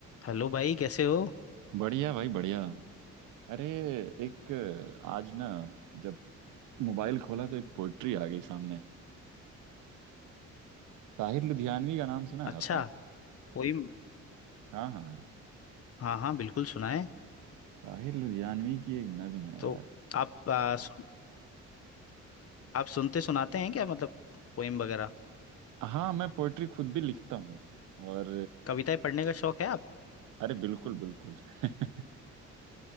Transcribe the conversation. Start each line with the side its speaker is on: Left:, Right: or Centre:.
Left: Hello भाई कैसे हो
Right: बढ़िया भाई बढ़िया अरे एक आज ना जब मोबाइल खोला तो एक पोइट्री आ गई सामने ताहिर लुधियानवी का नाम सुना
Left: अच्छा
Right: है आपने
Left: पोइम
Right: हाँ हाँ हाँ,
Left: हाँ हाँ बिल्कुल सुनाए
Right: ताहिर लुधियानवी की एक नज्म है
Left: तो
Right: यार
Left: आप आ, सुन, आप सुनते सुनाते हैं क्या मतलब पोइम वगैरह
Right: हाँ मैं पोइट्री खुद भी लिखता हूँ और
Left: कविताएं पढ़ने का शौक है आपको
Right: अरे बिल्कुल बिल्कुल <laughs>